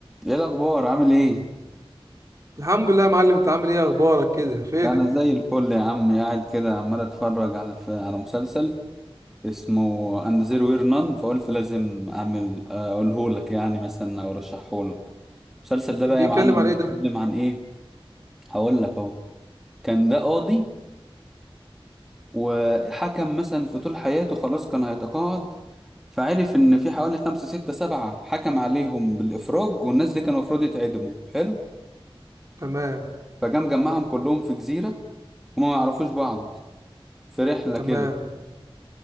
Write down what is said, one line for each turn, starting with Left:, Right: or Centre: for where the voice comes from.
Centre: ايه الاخبار عامل ايه
Right: الحمد لله يا معلم انت عامل ايه اخبارك كده فينك
Centre: انا زي الفل يا عم قاعد كده عمال اتفرج على ف- على مسلسل اسمه اند زيرو وير نان فقلت لازم اعمل آه، اقوله لك يعني مثلا او ارشحه لك المسلسل ده
Right: بيتكلم
Centre: بقى يا معلم
Right: عن
Centre: بيتكلم
Right: ايه ده
Centre: عن ايه هقول لك اهو كان ده قاضي وحكم مثلا في طول حياته خلاص كان هيتقاعد فعرف ان في حوالي خمسة ستة سبعة حكم عليهم بالافراج والناس دي كانوا المفروض يتعدموا حلو
Right: تمام
Centre: فجام جمعهم كلهم في جزيرة هما ما يعرفوش بعض في رحلة
Right: تمام
Centre: كده